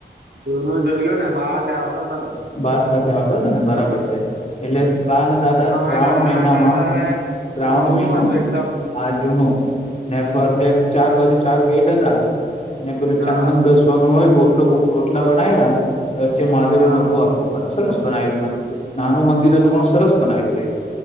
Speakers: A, on the right; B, on the left.
A: જૂનો જોઈ લો ને બહાર થી આવતો તા ને
B: બા સાથે આવતા હતા નબરાબર છે એટલે બા અને દાદ કદાચ
A: અમે
B: શ્રાવણ
A: નાના
B: મહિનામાં
A: હતા ત્યારે
B: શ્રાવણ
A: હા જૂનું
B: મહિના
A: હતું એકદમ
B: હા જુનું ને ફરતે ચાર બાજુ ચાર ગેટ હતા ને પેલું
A: હા
B: ચંદનગસ્ વાનુ હોય ઓટલો ઓટલા બનાયલા વચ્ચે મહાદેવ
A: હા
B: નું હતું આખું સરસ બનાયવું નાનું મંદિર હતું પણ સરસ બનાયવું